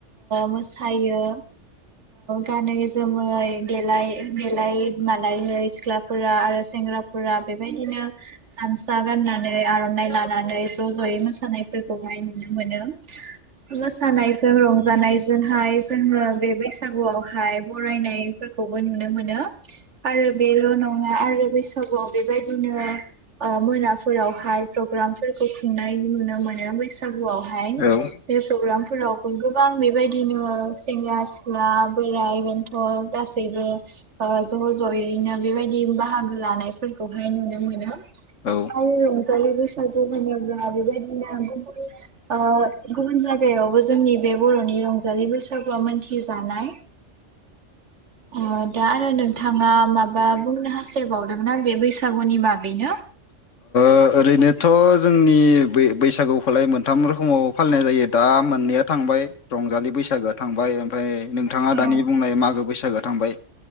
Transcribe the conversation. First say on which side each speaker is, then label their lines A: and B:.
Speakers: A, on the right (about 70°); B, on the left (about 85°).
A: मो थायो गानै जोमै देलाय देलाय मा <unintelligible> फोर आरो सेंग्राफोरा बेबायदिनो गामसा गाननानै आर'नाइ लानानै ज' ज'यै मोसानायफोरखौहाय नुनो मोनो मोसानायजों रंजानायजोंहाय जोङो बे बैसागुआवहाय बरायनायफोरखौबो नुनो मोनो आरो बेल' नङा आरो बैसागुआव बेबायदिनो आ मोनाफोरावहाय प्रग्रामफोरखौ खुंनाय नुनो मोनो बैसागुआवहाय
B: औ
A: बे प्रग्राम फोरावबो गोबां बेबायदिनो सेंग्रा सिख्ला बोराय बेन्थ' गासैबो ओ ज' ज'यैनो बेबायदि बाहागो लानायफोरखौहाय नुनो मोनो
B: औ
A: आरो रंजालि बैसागु होनोब्ला बेबायदिनो गुबुन आ गुबुन जायगायावबो जोंनि बे बर'नि रंजालि बैसागुआ मोनथिजानाय आ दा आरो नोंथाङा माबा बुंनो हास्थायबावदोंना बे बैसागुनि बागैनो
B: ओ ओरैनोथ' जोंनि बै बैसागुखौलाय मोनथाम रोखोमाव फालिनाय जायो दा मोननैया थांबाय रंजालि बैसागोआ थांबाय ओमफ्राय नोंथाङा
A: औ
B: दानि बुंनाय मागो बैसागोआ थांबाय